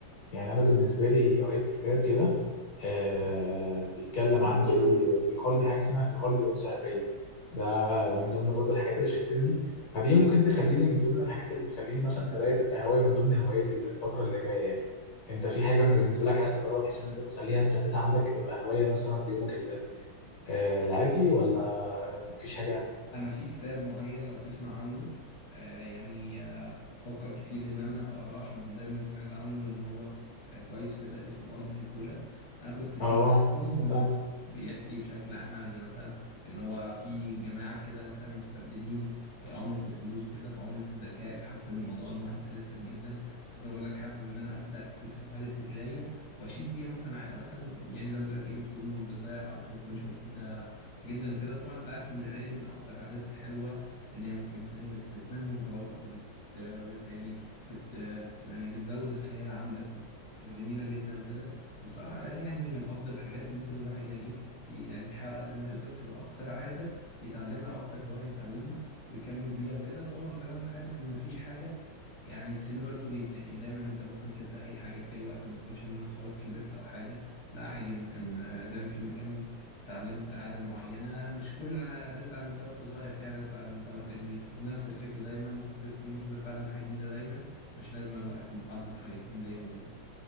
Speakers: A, on the left; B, on the left.
A: يعني انا بالنسبه لي قريت كتاب كده آه بيتكلم عن زي في قلبي حاجه اسمها في قلبي انثى عبريه ده من ضمن برضه الحاجات اللي شدتني فدي ممكن تخليني من ضمن الحاجات اللي تخليني مثلا القرايه تبقى هوايه من ضمن هواياتي الفتره اللي جايه يعني انت في حاجه من- بالنسبه لك عايز تجربها بحيث ان انت تخليها تثبتها عندك تبقى هوايه مثلا في يومك ال- آه، العادي ولا مفيش حاجه
B: انا في كتاب معين لو تسمع عنه آه يعني آه بفكر كتير ان انا اقراه عشان دايما سمعت عنه ان هو آه كويس كده اسمه ارض زيكولا انا كنت سمعت
A: اه
B: عنه
A: سمعت
B: ان هو بيحكي بشكل عام عن مثلا ان هو في جماعه كده مثلا مستبدلين آه، عمله الفلوس وكده بعمله الذكاء فحس ان الموضوع ان هو انترستد جدا فزي ما بقول لك حابب ان انا ابدا اكتسب عاده القرايه واشيك بيها مثلا عاده مثلا يعني زي ما قلت لك ايه بتكون بتضيع وقت وما تكونش مفيده جدا وكده طبعا انت عارف ان القرايه دي من اكتر العادات الحلوه ان هي ممكن مثلا إيه، بت بتنمي مهاراتك وبت بت يعني بت بت- يعني بتزود الخيال عندك وبتبقى جميله جدا وكده فبصراحه القرايه يعني من افضل الحاجات اللي ممكن الواحد يعني ايه يعني يحاول قد ما يقدر تبقى اكتر عاده يتعلمها او اكتر هوايه يتعلمها ويكمل بيها وكده وطبعا زي ما انت عارف ان مفيش حاجه يعني اتس نيفر تو ليت يعني دايما انت ممكن تبدا اي حاجه في اي وقت ما تقولش ان انا خلاص كبرت او حاجه لا عادي ممكن آه، زي ما في يوم من الايام اتعلمت عاده معينه مش كل العادات اتعلمتها وانت صغير في عادات اتعلمتها وانت كبير فبنفس الفكره دايما باستمرار تقدر تتعلم حاجه جديده دايما مش لازما وقت محدد حاجات من دايما